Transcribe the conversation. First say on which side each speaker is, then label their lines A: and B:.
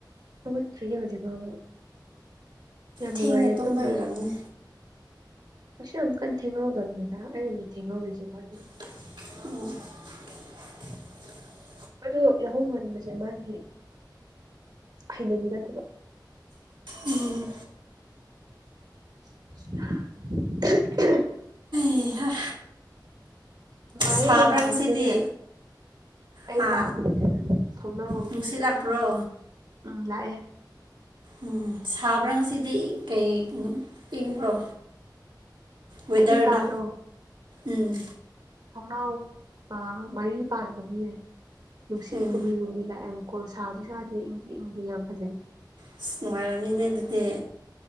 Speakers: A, on the right; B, on the right.
A: ꯍꯧꯒꯠꯇ꯭ꯔꯤꯌꯦ ꯍꯧꯖꯤꯛ ꯐꯥꯎꯕ ꯌꯥꯝ ꯅꯨꯡꯉꯥꯏꯌꯦ
B: ꯊꯦꯡꯅ ꯇꯨꯝꯕ
A: ꯇꯨꯝꯃꯤ
B: ꯑꯣꯏꯔꯝꯅꯤ
A: ꯀꯩꯁꯨ ꯌꯥꯝ ꯀꯟ ꯊꯦꯡꯍꯧꯗꯕꯅꯤꯗ ꯑꯩꯅꯅꯤ ꯊꯦꯡꯍꯧꯔꯤꯖꯦ ꯈꯋ꯭ꯥꯏꯗꯩꯩ
B: ꯑꯣ
A: ꯑꯗꯣ ꯌꯥꯍꯧ ꯉꯟꯕꯁꯦ ꯃꯥꯒꯤ ꯍꯩꯅꯕꯤ ꯅꯠꯇꯕ
B: ꯎꯝ
A: <unintelligible>
B: ꯏꯍꯥ
A: ꯅꯨꯡꯉꯥꯏꯌꯦ
B: ꯁꯥꯕ꯭ꯔꯥ
A: ꯑꯩ ꯀꯥꯁꯤꯗꯅꯦ
B: ꯉꯁꯤꯗꯤ
A: ꯑꯩ
B: ꯍꯥ
A: ꯀꯥꯗꯅꯦ ꯊꯣꯡꯅꯥꯎ
B: ꯅꯨꯡꯁꯤꯠ ꯂꯥꯛꯄ꯭ꯔꯣ
A: ꯎꯝ ꯂꯥꯛꯑꯦ
B: ꯎꯝ ꯁꯥꯕ꯭ꯔꯥ ꯉꯁꯤꯗꯤ ꯀꯩ ꯏꯪꯕ꯭ꯔꯣ ꯋꯗꯔꯗꯣ
A: ꯑꯩꯒꯤ ꯀꯥꯗꯣ
B: ꯎꯝ
A: ꯊꯣꯡꯅꯥꯎ ꯃꯔꯤ ꯄꯥꯟꯕꯒꯤ ꯅꯨꯡꯁꯤꯠ
B: ꯎꯝ
A: ꯍꯨꯝꯔꯤ ꯍꯨꯝꯔꯤ ꯂꯥꯛꯑꯦꯕ ꯀꯣ ꯁꯥꯖꯨ ꯁꯥꯗꯦ ꯏꯪꯁꯨ ꯏꯪꯗꯤ ꯌꯥꯝ ꯐꯖꯩ꯫
B: ꯑꯁ ꯅꯨꯡꯉꯥꯏꯔꯝꯃꯤꯅꯦ ꯑꯗꯨꯗꯤ꯫